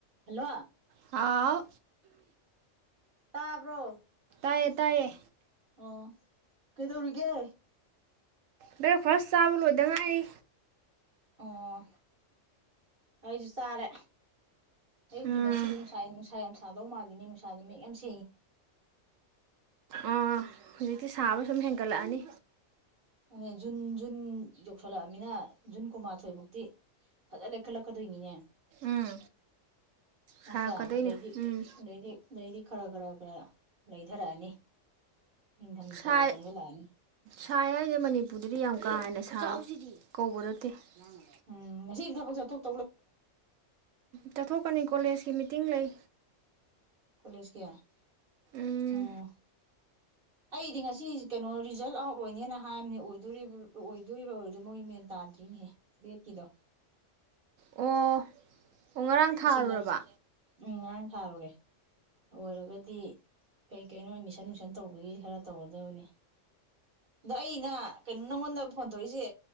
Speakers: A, on the right (about 45°); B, on the right (about 85°).
A: hello
B: ꯍꯥꯎ ꯎꯍꯡ
A: ꯇꯥꯕ꯭ꯔꯣ
B: ꯇꯥꯢꯌꯦ ꯇꯥꯢꯌꯦ
A: ꯑꯣ ꯀꯩꯗꯧꯔꯤꯒꯦ
B: ꯕ꯭ꯔꯦꯛꯐꯥꯁ ꯆꯥꯕ ꯂꯣꯏꯗ ꯉꯥꯢꯔꯤ
A: ꯑꯣ ꯑꯩꯁꯨ ꯆꯥꯔꯦ ꯑꯌꯨꯛꯗꯤ
B: ꯎꯝ
A: ꯉꯁꯤꯗꯤ ꯅꯨꯡꯁꯥ ꯅꯨꯡꯁꯥ ꯌꯥꯝ ꯁꯥꯗꯧ ꯃꯥꯜꯂꯤꯅꯦ ꯅꯨꯡꯁꯥꯖꯦ ꯃꯌꯦꯛ ꯌꯥꯝ ꯁꯦꯡ
B: ꯎꯥ ꯍꯧꯖꯤꯛꯇꯤ ꯁꯥꯕ ꯁꯨꯝ ꯍꯦꯟꯒꯠꯂꯛꯑꯅꯤ
A: ꯑꯅꯦ ꯖꯨꯟ ꯖꯨꯟ ꯌꯧꯁꯜꯂꯛꯑꯃꯤꯅ ꯖꯨꯟ ꯀꯨꯟꯃꯥꯊꯣꯏꯐꯧꯛꯇꯤ ꯐꯖꯅ ꯂꯩꯈꯠꯂꯛꯀꯗꯣꯏꯅꯤꯅꯦ
B: ꯎꯝ
A: ꯃꯥꯠꯇ꯭ꯔ
B: ꯁꯥꯔꯛꯀꯗꯣꯏꯅꯦ
A: ꯑꯗꯗꯤꯗꯤ
B: ꯎꯝ
A: ꯑꯗꯩꯗꯤ ꯈꯔ ꯈꯔ ꯈꯔ ꯂꯩꯊꯔꯛꯑꯅꯤ ꯏ ꯊꯝ
B: ꯁꯥꯏ
A: ꯀꯒ ꯆꯪꯒ ꯂꯑꯅꯤ
B: ꯁꯥꯏ ꯃꯅꯤꯄꯨꯔꯗꯗꯤ ꯌꯥꯝꯎ ꯀꯥ ꯍꯦꯟꯅ ꯁꯥ ꯀꯧꯕ ꯅꯠꯇꯦ ꯋꯥꯃ
A: ꯎꯝ <unintelligible>
B: ꯆꯠꯊꯣꯛꯀꯅꯤ ꯀꯣꯂꯦꯖꯀꯤ ꯃꯤꯇꯤꯡ ꯂꯩ
A: ꯀꯣꯂꯦꯖꯀꯤ ꯑꯣ
B: ꯎꯝ
A: ꯑꯩꯗꯤ ꯉꯁꯤ ꯀꯩꯅꯣ ꯔꯤꯖꯜꯠ ꯑꯥꯎꯠ ꯑꯣꯏꯅꯦꯅ ꯍꯥꯏꯕꯅꯦꯗꯣ ꯑꯣꯏꯗꯣꯔꯤꯕ ꯑꯣꯏꯔꯗꯣꯏ ꯃꯣꯏ ꯃꯦꯟ ꯇꯥꯗ꯭ꯔꯤꯅꯦꯍ ꯕꯦꯠꯀꯤꯗꯣ
B: ꯑꯣ ꯑꯣ ꯉꯔꯥꯡ ꯊꯥꯔꯨꯔꯕ
A: ꯑꯁꯤꯒ ꯎꯝ ꯉꯔꯥꯡ ꯊꯥꯔꯨꯔꯦ ꯑꯣꯏꯔꯒꯗꯤ ꯀꯩ ꯀꯩꯅꯣ ꯑꯦꯃꯤꯁꯟ ꯨꯏꯁꯟ ꯇꯧꯕꯒꯤ ꯈꯔ ꯇꯧꯒꯗꯕꯅꯤ ꯑꯗ ꯑꯩꯅ ꯀꯩꯅꯣ ꯅꯪꯉꯣꯟꯗ ꯐꯣꯟ ꯇꯧꯏꯁꯦ